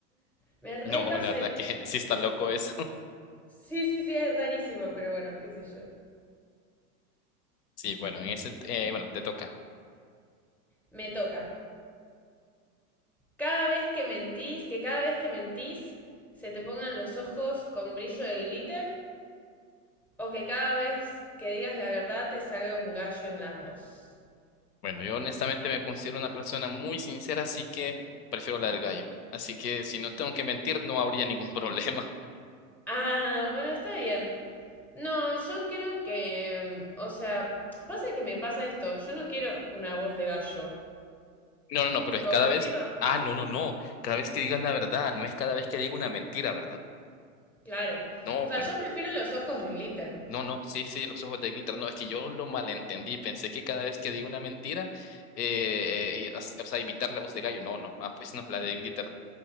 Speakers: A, in the centre; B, on the left.
A: Me repasa
B: No, la verdad que <laughs> sí está loco eso. <laughs>
A: Sí, sí, sí, es rarísimo, pero bueno, qué sé yo.
B: Sí, bueno, en ese, eh, bueno, te toca.
A: Me toca. Cada vez que mentís, que cada vez que mentís se te pongan los ojos con brillo de glitter o que cada vez que digas la verdad te salga un gallo en la voz.
B: Bueno, yo honestamente me considero una persona muy sincera, así que prefiero la del gallo. Así que si no tengo que mentir, no habría ningún <laughs> problema.
A: Ah, bueno, está bien. No, yo creo que, o sea, pasa que me pasa esto, yo no quiero una voz de gallo.
B: No, no, no, pero
A: Tipo,
B: es cada
A: prefiero,
B: vez. Ah, no, no, no. Cada vez que digas la verdad, no es cada vez que diga una mentira, ¿verdad?
A: claro.
B: No,
A: O
B: perdón.
A: sea, yo prefiero los ojos de glitter.
B: No, no, sí, sí, los ojos de glitter. No, es que yo lo malentendí. Pensé que cada vez que digo una mentira, eh, eh, y- o sea, imitar la voz de gallo. No, no. Ah, pues no, la de glitter.